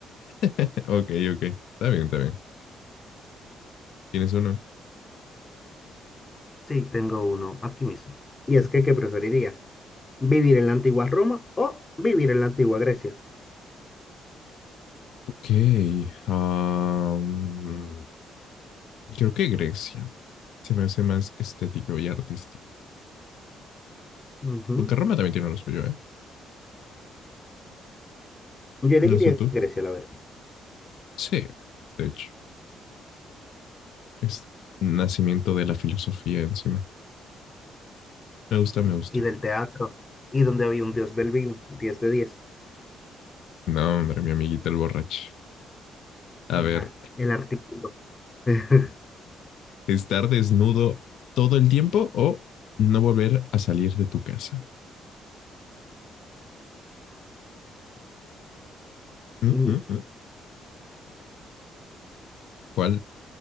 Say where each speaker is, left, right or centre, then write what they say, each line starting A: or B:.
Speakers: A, on the left; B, on the left.
A: <laughs> Ok, ok. Está bien, está bien. ¿Tienes uno?
B: Sí, tengo uno aquí mismo. Y es que, ¿qué preferirías? ¿Vivir en la antigua Roma o vivir en la antigua Grecia?
A: Ok. am, creo que Grecia. Se me hace más estético y artístico.
B: Ujú.
A: Aunque Roma también tiene lo suyo, ¿eh?
B: Yo elegiría
A: No sé tú.
B: Grecia, la verdad.
A: Sí, de hecho. Es nacimiento de la filosofía encima. Me gusta, me gusta.
B: Y del teatro, y donde había un dios del vino, diez de 10.
A: No, hombre, mi amiguita el borracho. A
B: Nah,
A: ver,
B: el artículo. <laughs>
A: estar desnudo todo el tiempo o no volver a salir de tu casa. Mm,
B: Mm,
A: mm, mm. ¿Cuál?